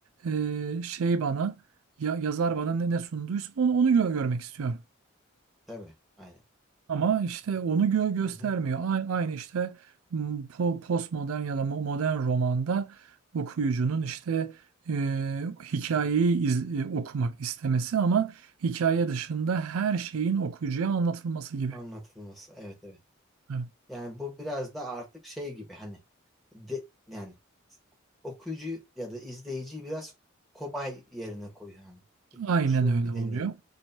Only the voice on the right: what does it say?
e, şey bana ya, yazar bana ne, ne sunduysa onu, onu gö- görmek istiyorum.
Ama işte onu gö göstermiyor.
A- Aynı işte m, po- postmodern ya da mo- modern romanda okuyucunun işte e, hikayeyi iz- e, okumak istemesi ama hikaye dışında her şeyin okuyucuya anlatılması gibi.
Evet,
aynen
öyle
oluyor.